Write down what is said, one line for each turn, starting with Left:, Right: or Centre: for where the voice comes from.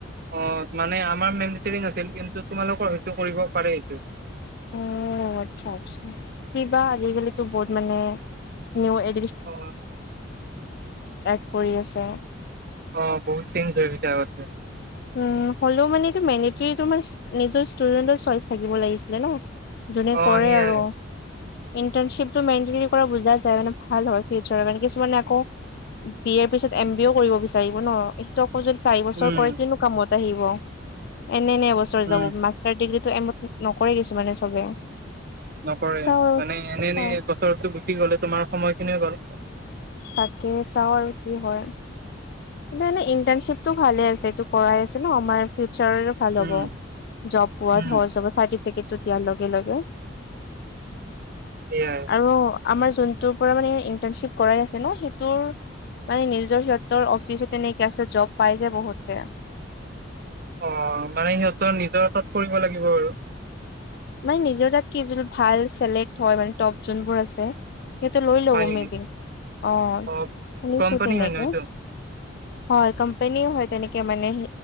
Right: অ মানে আমাৰ মেনডেটেৰি আছিল কিন্তু তোমালোকৰ হয়তো কৰিব পাৰে সিটো
Left: উ আচছা আচছা কিবা আজিকালিটো বহুত মানে নি <unintelligible> এ
Right: অ
Left: <unintelligible> কৰি আছে
Right: অ', বহুত চিন <unintelligible> হৈছে।
Left: উ, হ'লেও মানে এইটো মেনেটেৰী তোমাৰ নিজৰ ষ্টুডেণ্টৰ চইচ থাকিব লাগিছিলে ন। জোনে
Right: অ
Left: কৰে
Right: সেইয়াই
Left: আৰু। ইণ্টাৰ্নশিপটো <unintelligible> পৰা বুজা যায়, মানে ভাল হয় ফিউচাৰৰ কাৰণে, কিছুমানে আকৌ বি এৰ পিছত এম বি এও কৰিব বিচাৰিব ন! আকৌ যদি চাৰি বছৰ
Right: উম
Left: কৰে কিনো কামত আহিব। এনে এন এবছৰ
Right: উম
Left: যাব। মা তাৰ ডিগ্ৰীটো এমত নকৰে কিছু মানে চবে।
Right: নকৰে,
Left: চাও
Right: মানে এনে এনে
Left: অ
Right: বছৰতটো গুচি গ'লে তোমাৰ সময়খিনিয়ো গ'ল।
Left: তাকে চাওঁ আৰু কি হয়। নে নে ইণ্টাৰ্নশ্বিপটো ভালে আছে, এইটো কৰাই আছে ন আমাৰ। ফিউচাৰৰো ভাল
Right: উম
Left: হ'ব। জব পোৱাত
Right: উম
Left: সহজ হব, চাৰ্টিফিকেটটো দিয়াৰ লগে লগে।
Right: সেয়াই।
Left: আৰু আমাৰ জোনটোৰ পৰা মানে ইণ্টাৰ্ণশ্বিপ কৰাই আছে ন, সেইটোৰ মানে নিজৰ সিহঁতৰ অফিচত তেনেকে আছে জব পাই যে বহুতে।
Right: অ', মানে সিহঁতৰ নিজৰ তাত কৰিব লাগিব আৰু।
Left: মানে নিজৰ তাত কি জোন ভাল চেলেক্ট হয় মানে টপ জোনবোৰ আছে। সিহঁতে লৈ লব
Right: হয় নেকি
Left: মে বি। অ', শুনিছো
Right: অ কোম্পানী
Left: তেনেকোৱা।
Right: হয় ন এইটো
Left: হয়, কম্পেনীও হয় তেনেকে, মানে